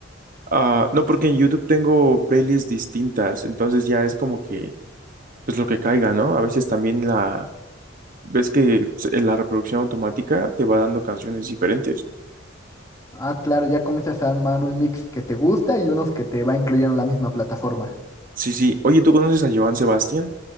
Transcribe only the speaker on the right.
Ah, no, porque en YouTube tengo playlists distintas, entonces ya es como que, pues lo que caiga, ¿no? A veces también la, ves que se- la reproducción automática te va dando canciones diferentes.
Sí, sí. Oye, ¿tú conoces a Joan Sebastián?